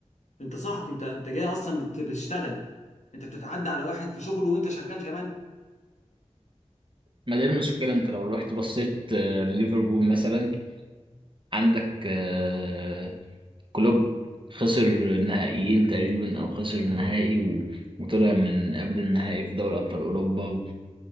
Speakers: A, on the left (about 75°); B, on the right (about 45°).
A: انت صحفي انت انت جاي اصلا بت- بتشتغل انت بتتعدى على واحد في شغله وانت شغال كمان
B: ما دي المشكله انت لو رحت بصيت آه، ليفربول مثلا عندك آه، كلوب خسر نهائيين تقريبا او خسر نهائي و- وطلع من قبل النهائي في دوري ابطال اوروبا و-